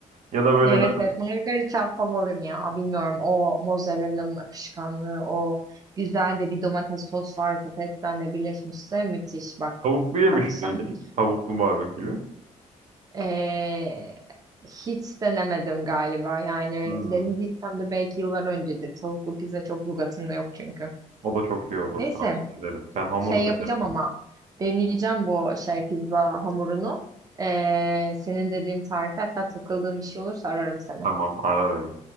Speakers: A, on the right (about 65°); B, on the right (about 30°).
A: ya da böyle
B: Evet
A: ben
B: evet margarita favorim ya bilmiyorum o mozzarella'nın akışkanlığı o güzel de bir domates sos varsa pestenle birleşmişse müthiş bak
A: tavuklu yemiş
B: akşam
A: miydim? Tavuklu barbekülü.
B: eee, hiç denemedim galiba yani
A: Hmm,
B: denediysem de belki yıllar öncedir tavuklu pizza çok lügatımda yok çünkü
A: O da çok iyi olur
B: neyse
A: tavsiye ederim. Sen hamuru
B: Şey
A: dene
B: yapacağım
A: ben.
B: ama deneyeceğim bu şey pizza hamurunu. Ee, senin dediğin tarif hatta takıldığım bir şey olursa ararım seni.
A: Tamam ara beni.